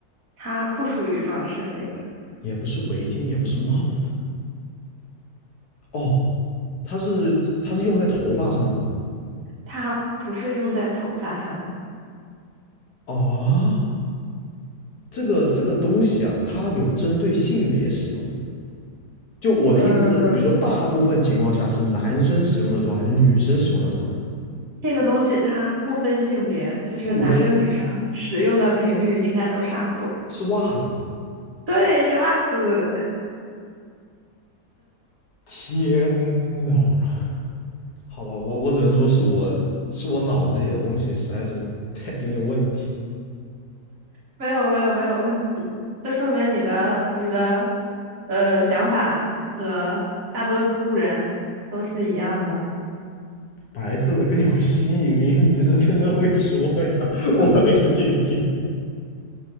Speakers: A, on the right; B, on the left.
A: 它不属于装饰类的，
B: 也不是围巾，也不是帽子，哦，它是它是用在头发上的吗？
A: 它不是用在头发上的。
B: 哦，这个这个东西啊，它有针对性别使用吗？就我的意思是，
A: 呃，
B: 比如说大部分情况下是男生使用的多还是女生使用的多呢？
A: 这个东西它不分性别，就是男生女生使用的频率应该都差不多。
B: 不分是袜子吗？
A: 对，是袜子，
B: 天呐！好吧，我我只能说是我是我脑子里的东西实在是太有点问题。
A: 没有没有没有问题，这说明你的你的呃想法和大多数人都是一样的。
B: 白色的更有吸引力，你是真的会说呀！我那个天天，